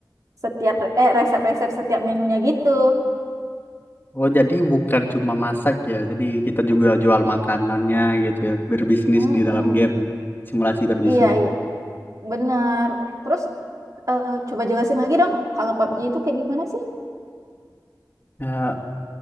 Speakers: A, on the right; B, on the left.
A: setiap eh resep-resep setiap menunya gitu.
B: Oh, jadi bukan cuma masak ya. Jadi kita juga jual makanannya gitu ya. Berbisnis
A: Mm-mm.
B: di dalam game. Simulasi berbisnis.
A: Iya, iya.
B: Ya,
A: Benar. Terus eh, coba jelasin lagi dong, kalau PUBG itu kayak gimana sih?
B: Eh,